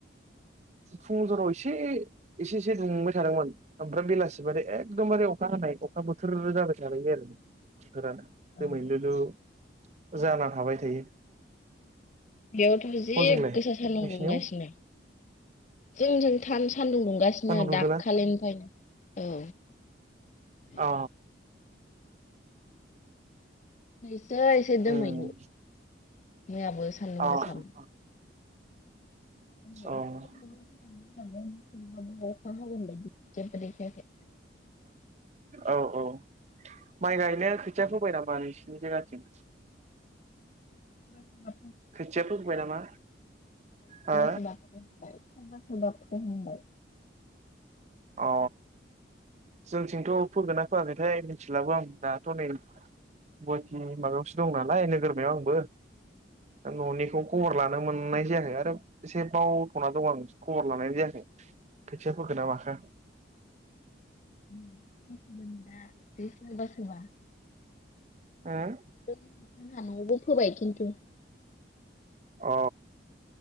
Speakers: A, on the right; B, on the left.
A: फुं जराव एसे एसे एसे दुंबाय थादोंमोन ओमफ्राय बेलासि मे एखदमबारे अखा हानाय अखा बोथोर जाबाय नालाय आरो। <unintelligible> दोमैलु
B: औ
A: लु जाना थाबाय थायो
B: बेयावथ' जि
A: हजोंलाय
B: गोसा सान्दुं
A: नोंसिनियाव
B: दुंगासिनो। जोंजों थानो सान्दुं दुंगासिनो
A: सान्दुं दुंदोना
B: दाखालिनिफ्रायनो औ। <unintelligible> <unintelligible>
A: अ
B: <unintelligible> एसे दोमैलु,
A: उम
B: मैयाबो सान्दुं
A: अ औ
B: गोसामोन <unintelligible>
A: औ
B: जेबो देखायाखै
A: औ औ, माइ गायनो खोथिया फोबाय नामा नोंसिनि जायगाथिं?
B: <unintelligible> औ सोरबा
A: खोथिया फोबाय नामा हो
B: सोरबा <unintelligible> सोरबा सोरबा फोहांबाय
A: अ जोंथिंथ' फोगोन ना फोआखैथाय मिथिलाबो आं दाथ' नै गुवाहाटि माबायावसो दं नालाय नोगोरमायाव आंबो। न'निखौ खबर लानो मोननाय जायाखै आरो एसे बावथ'ना दं आं खबर लानाय जायाखै। खोथिया फोखोना माखो।
B: उ। <unintelligible> सोबासोबा।
A: उम
B: <unintelligible> न'आवबो फोबाय खिनथु।
A: अ।